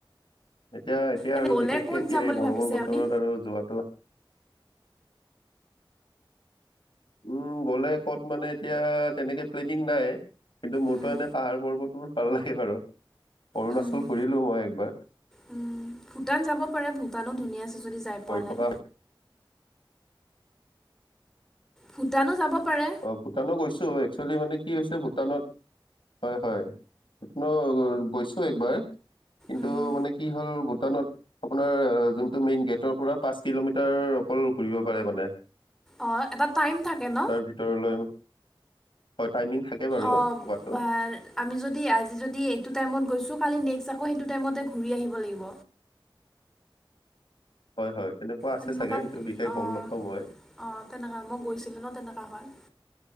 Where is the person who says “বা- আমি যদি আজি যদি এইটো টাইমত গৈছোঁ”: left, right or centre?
Centre